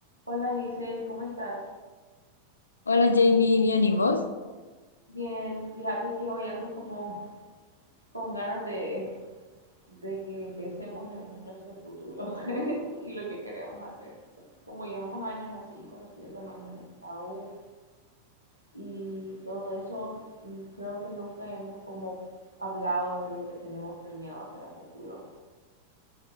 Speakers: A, on the right; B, on the left.
A: Hola Hazel, ¿cómo estás?
B: Hola Jamie, bien, ¿y vos?
A: Bien, fíjate que hoy ando como con ganas de, de que pensemos en nuestro futuro <laughs> y lo que queremos hacer. Como llevamos años así conociéndonos en la U y todo eso, mm, creo que nunca hemos como hablado de lo que tenemos planeado hacer a futuro.